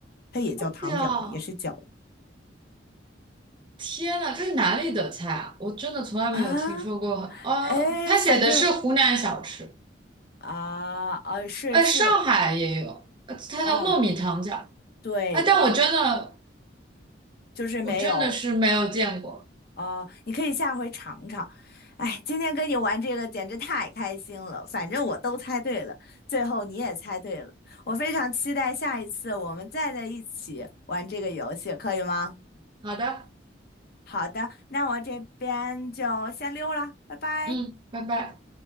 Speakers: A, on the left; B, on the right.
A: 它也叫糖饺嘛，
B: 是啊，
A: 也是饺
B: 天呐，这是哪里的菜啊？我真的从来没有听说过。
A: 啊，
B: 啊！
A: 哎，
B: 他写的是湖南小吃，
A: 反正啊啊是是，
B: 哎，上海也有，呃它叫糯米糖饺。
A: 嗯，对的，
B: 哎，但我真的，
A: 就是没有。
B: 我真的是没有见过。
A: 哦，你可以下回尝尝。哎，今天跟你玩这个简直太开心了，反正我都猜对了，最后你也猜对了。我非常期待下一次我们再在一起玩这个游戏，可以吗？
B: <laughs> 好的，
A: 好的，那我这边就先溜了，拜拜。
B: 嗯，拜拜。